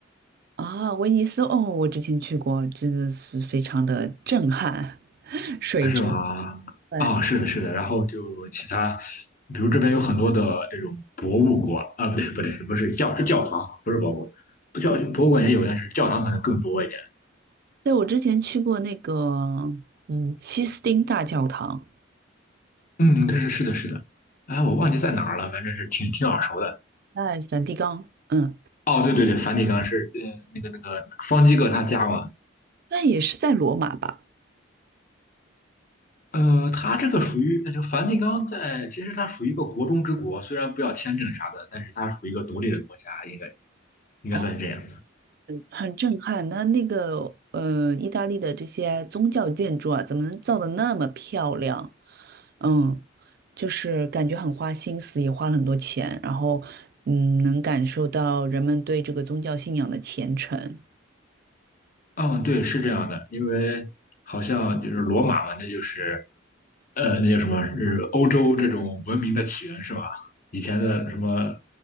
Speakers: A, on the right; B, on the left.
A: 啊，威尼斯哦，我之前去过，真的是非常的震撼，<laughs> 水城。
B: 是吗？
A: 对，
B: 啊，是的，是的。然后就其他，比如这边有很多的这种博物馆啊，不对，不对，不是教是教堂，不是博物馆，不教博物馆也有，但是教堂可能更多一点。
A: 对，我之前去过那个，嗯，西斯汀大教堂，
B: 嗯，但是是的，是的。哎，我忘记在哪儿了，反正是挺挺耳熟的。
A: 在梵蒂冈，嗯，
B: 哦，对对对，梵蒂冈是呃那个那个方基各他家嘛。
A: 那也是在罗马吧？
B: 呃，他这个属于，那就梵蒂冈在，其实它属于一个国中之国，虽然不要签证啥的，但是它属于一个独立的国家，应该应该算是这样。
A: 哦，很震撼。那那个，呃，意大利的这些宗教建筑啊，怎么能造的那么漂亮？嗯，就是感觉很花心思，也花了很多钱，然后，嗯，能感受到人们对这个宗教信仰的虔诚。
B: 嗯，对，是这样的，因为好像就是罗马嘛，那就是呃，那叫什么？是欧洲这种文明的起源是吧？以前的什么呃